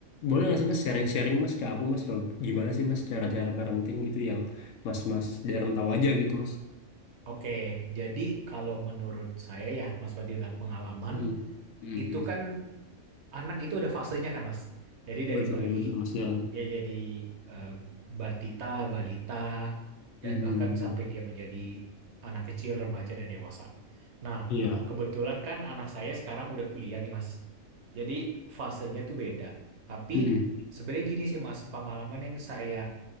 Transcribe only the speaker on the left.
boleh
nggak sih Mas sharing-sharing Mas ke aku, Mas, kalau gimana sih Mas cara-cara parenting gitu yang Mas Mas Deren tahu aja gitu, Mas.
Hmm. Hmm,
hmm.
Betul,
betul, Mas Deren.
Hmm.
hmm,
hmm.
Iya.
Mm-mm.